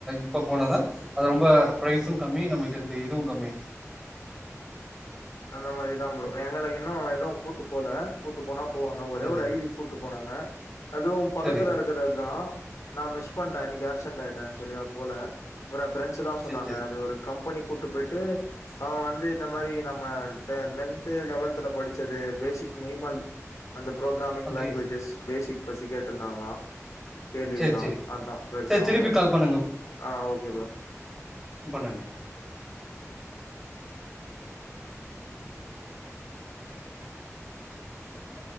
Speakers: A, in the centre; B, on the left.
A: இப்ப போனாதா அது ரொம்ப ப பிரைஸும் கம்மி நம்மளுக்கு இதுவு கம்மி
B: அந்த மாரிதா ப்ரோ எங்களுக்கு இன்னு எதுவு கூட்டு போல கூட்டு போனா போவாங்க ஒரே
A: செரி
B: ஒரு ஐ வி கூட்டு போனாங்க அதுவு பக்கத்தல
A: செரி
B: இருக்குறது தா நா மிஸ் பண்டே அன்னிக்கு ஆப்சென்ட் ஆய்டே சரியா போல ஓட பிரெண்ஸுதா சொன்னாங்க
A: செரி செரி
B: அது ஒரு கம்பனி கூட்டு போய்ட்டு அவங்க வந்து இந்த மாரி நம் அ டெ லென்து லெவெல்துல படிச்சது பேசிக் மினிமல் அந்த ப்ரோகிராமிங்
A: ஓகே
B: லாங்வேஜஸ் பேசிக் பத்தி கேட்ருந்தாங்களா கேள்வியலாம்
A: செரி செரி
B: அதா பெருசா
A: செரி திருப்பி
B: ஒண்ணும்ல
A: கால் பண்ணுங்க
B: ஆ ஓகே ப்ரோ
A: பண்ணுங்க அ